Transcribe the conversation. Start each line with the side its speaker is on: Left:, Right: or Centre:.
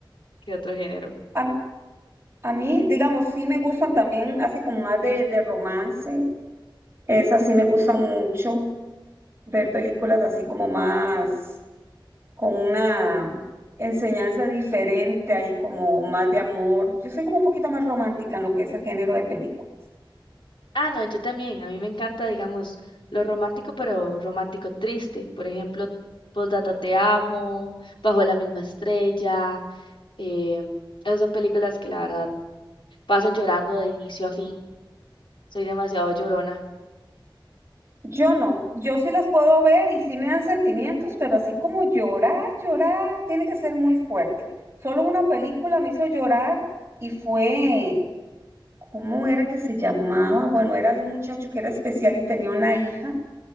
Left: qué otro género.
Right: A, a mí, digamos, sí me gustan también así como más de, de romance, esas sí me gustan mucho, ver películas así como más con una enseñanza diferente, ahí como más de amor. Yo soy como un poquito más romántica en lo que es el género de películas.
Left: Ah, no, yo también. A mí me encanta, digamos, lo romántico, pero romántico triste. Por ejemplo, Postdata Te Amo, Bajo la misma estrella. Eh, esas son películas que la verdad paso llorando de inicio a fin. Soy demasiado llorona.
Right: Yo no, yo sí las puedo ver y sí me dan sentimientos, pero así como llorar, llorar, tiene que ser muy fuerte. Solo una película me hizo llorar y fue, ¿cómo era que se llamaba? Bueno, era de un muchacho que era especial y tenía una hija